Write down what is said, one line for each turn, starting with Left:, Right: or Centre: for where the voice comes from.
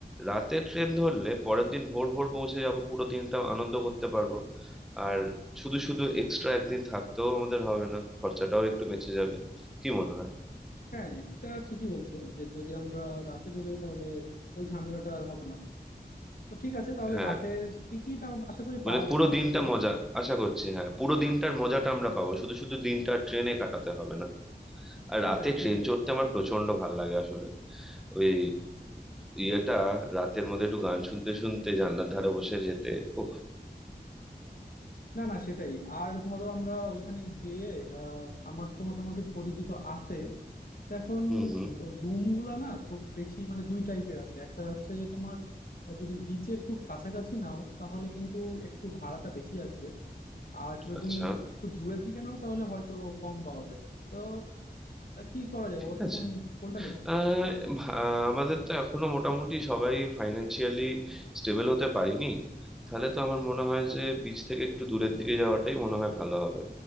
Centre: রাতে ট্রেন ধরলে পরের দিন ভোর ভোর পৌঁছে যাব পুরো দিনটা আনন্দ করতে পারবো আর শুধু শুধু এক্সট্রা একদিন থাকতেও আমাদের হবে না খরচাটাও একটু বেঁচে যাবে কি মনে হয়
Left: হ্যাঁ এটা ঠিকই বলছো যে যদি আমরা রাতে বের হই তাহলে ওই ঝামেলাটা আর হবে না তো ঠিক আছে তাহলে
Centre: হ্যাঁ
Left: রাতের টিকিট আম- আশা করি
Centre: মানে
Left: পাওয়া যাবে
Centre: পুরো দিনটা
Left: যেহেতু
Centre: মজা আশা করছি হ্যাঁ পুরো দিনটার মজাটা আমরা পাবো শুধু শুধু দিনটা ট্রেনে কাটাতে হবে না আর
Left: সেটাই
Centre: রাতে
Left: সেটাই
Centre: ট্রেন চড়তে আমার প্রচন্ড ভাল লাগে আসলে ওই ইয়েটা রাতের মধ্যে একটু গান শুনতে শুনতে জানলার ধারে বসে যেতে ও
Left: না না সেটাই আর ধরো আমরা ওইখানে গিয়ে আহ, আমার তো মোটামুটি পরিচিত আছে তো এখন
Centre: হুম হুম
Left: রুম গুলা না খুব বেশি মানে দুই টাইপের আছে একটা হচ্ছে যে তোমার আহ, যদি বিচের খুব কাছাকাছি নাও তাহলে কিন্তু একটু ভাড়াটা বেশি আসবে আর যদি
Centre: আচ্ছা
Left: একটু দূরের দিকে নাও তাহলে হয়তো কম পাওয়া যাবে তো আহ, কি করা যায়
Centre: ঠিক
Left: বলো তো
Centre: আছে
Left: কোন কোনটা দেখবো
Centre: আহ, ভা- আমাদের তো এখনো মোটামুটি সবাই ফাইনান্সিয়ালি স্টেবল হতে পারিনি তাহলে তো আমার মনে হয় যে বিচ থেকে একটু দূরের দিকে যাওয়াটাই মনে হয় ভালো হবে